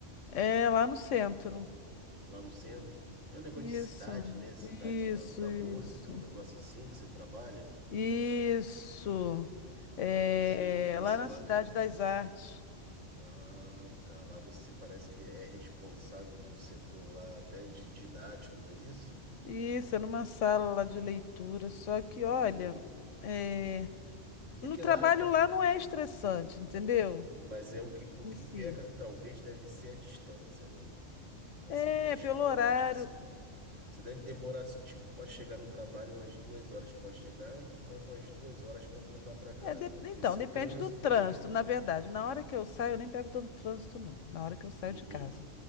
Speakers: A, on the left; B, on the right.
A: é lá no centro.
B: lá no centro. É um negócio
A: Isso,
B: de cidade, né? Cidade
A: isso,
B: da, da
A: isso.
B: música, um negócio assim que você trabalha.
A: Isso. É,
B: Você, você
A: lá na
B: lá
A: Cidade das Artes.
B: Ah, tá. Lá você parece que é responsável de um setor lá até de didático, não é isso?
A: Isso, é numa sala lá de leitura. Só que,
B: Hum.
A: olha, é. No
B: É que
A: trabalho
B: lá,
A: lá não é estressante, entendeu?
B: mas é o que, o
A: em
B: que
A: si.
B: peca talvez deve ser a distância, né? Assim,
A: É,
B: transporte.
A: pelo horário.
B: Você, você deve demorar, tipo, para chegar no trabalho umas duas horas para chegar e mais umas duas horas para voltar para casa,
A: É, de-
B: né?
A: Então,
B: Porque esse
A: depende
B: trânsito
A: do trânsito,
B: daqui.
A: na verdade. Na hora que eu saio, eu nem pego tanto trânsito, não. Na hora que eu saio
B: Uhum.
A: de casa.